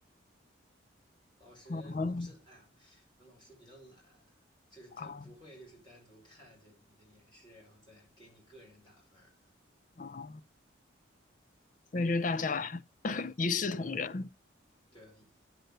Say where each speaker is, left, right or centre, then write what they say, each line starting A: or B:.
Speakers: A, on the left (about 25°); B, on the left (about 40°).
A: 老师，
B: 啊
A: 老师，哎呀，我们老师比较懒，就是他不会就是单独看着你的演示，
B: 啊！
A: 然后再给你个人打分儿
B: 啊所以就大家 <laughs> 一视同仁，
A: 对啊，一